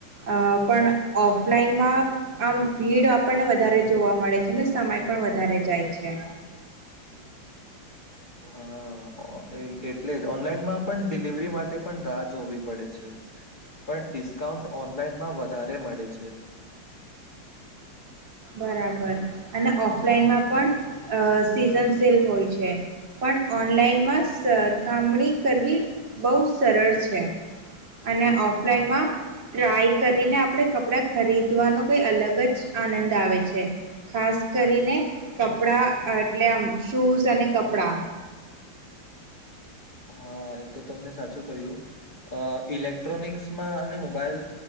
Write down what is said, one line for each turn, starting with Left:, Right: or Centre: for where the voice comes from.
Right: અ પણ ઓફલાઈનમાં
Left: પણ
Right: આમ ભીડ આપણને વધારે જોવા મળે છે. એટલે સમય પણ વધારે જાય છે.
Left: હા એ એટલે જ ઓનલાઈનમાં પણ ડિલિવરી માટે પણ રાહ જોવી પડે છે. પણ ડિસ્કાઉન્ટ ઓનલાઈનમાં વધારે મળે છે.
Right: બરાબર અને ઓફલાઈનમાં પણ અ સીઝન સેલ હોય છે. પણ ઓનલાઈનમાં સરખામણી કરવી બહુ સરળ છે. અને ઓફલાઈનમાં. ટ્રાય કરીને આપડે કપડા ખરીદવાનો કઈ અલગ જ આનંદ. છે ખાસ કરીને કપડા એટલે આમ શૂઝ અને કપડાં.
Left: હા એ તો તમને સાચું કહ્યું ઇલેક્ટ્રોનિક્સમાં અને મોબાઈલ.